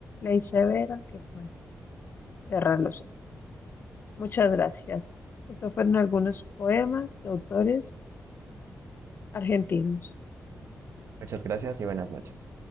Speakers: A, on the left; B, on the right.
A: ley severa que puede cerrar los ojos. Muchas gracias. Estos fueron algunos poemas de autores argentinos.
B: Muchas gracias y buenas noches.